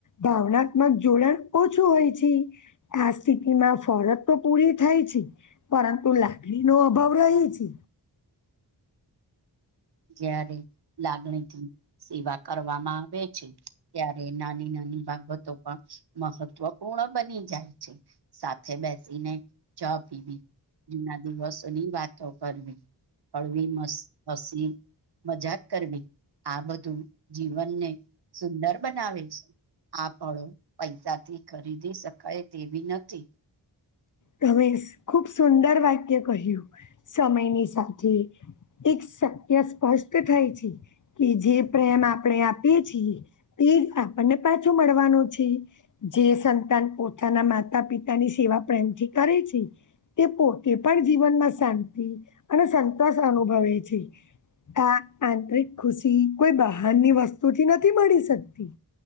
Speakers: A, on the left (about 45°); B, on the right (about 60°).
A: ભાવનાત્મક જોડાણ ઓછું હોય છે. આ સ્થિતિ માં ફરત તો પૂરી થાય છે. પરંતુ લાડણી નો અભાવ રહી છે.
B: જયારે લાગણીથી સેવા કરવામાં આવે છે. ત્યારે નાની, નાની બાબતો પણ મહત્વપૂર્ણ બની જાય છે. સાથે બેસીને જ પીવી જુના દિવસની વાતો કરવી અળવી મસ અસી મજાક કરવી આ બધું જીવનને સુંદર બનાવે છે. આ, ફળો પૈસાથી ખરીદી શકાય તેવી નથી
A: તમે ખુબ સુંદર વાક્ય કહ્યું સમયની સાથે એક શક્ય સ્પષ્ટ થાય છે, કે જે પ્રેમ આપણે આપીએ છીએ તે આપણને પાછું મળવાનું છે. જે સંતાન પોતાના માતા પિતાની સેવા પ્રેમથી કરે છે. તે પોતે પણ જીવનમાં શાંતિ અને, સંતોષ અનુભવે છે. આ આંતરિક ખુશી કોઈ બહારની વસ્તુથી નથી મળી શકતી